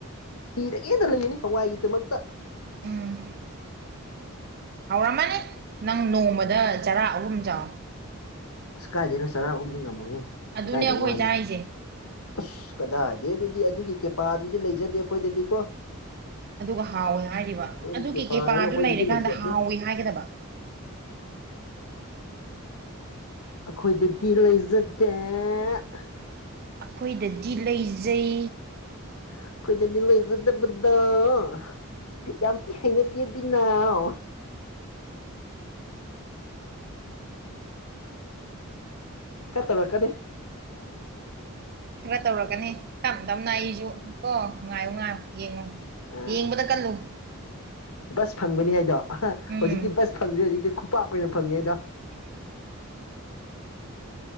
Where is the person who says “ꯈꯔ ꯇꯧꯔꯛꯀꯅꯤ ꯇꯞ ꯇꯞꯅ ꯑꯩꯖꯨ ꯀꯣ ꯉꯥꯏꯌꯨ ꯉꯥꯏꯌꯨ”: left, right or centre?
Right